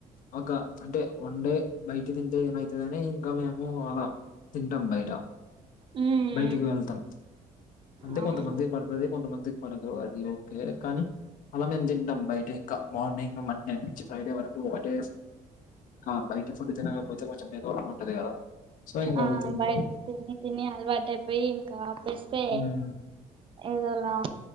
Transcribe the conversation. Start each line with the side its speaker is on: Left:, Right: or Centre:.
Left: ఒక అంటే వన్ డే బయకి తింటే ఏమైతుందని ఇంకా మేము అలా తింటాం బయట
Right: ఉమ్,
Left: బయటికి వెళ్తాం అంటే
Right: అవును
Left: కొంతమంది పడు దే కొంత మందికి పడదు అది ఓకే కానీ అలా మేము తింటాం బయట ఇంకా మార్నింగ్ మండే నుంచి ఫ్రైడే వరకు ఒకటే ఆ బయటి ఫుడ్ తినకపోతే కొంచెం ఏదోలా ఉంటది కదా సో ఇంకా
Right: ఆ
Left: అది తింటాం
Right: బయట తిని తిని అలవాటైపోయి ఇంకా ఆపేస్తే
Left: ఉమ్
Right: ఏదోలా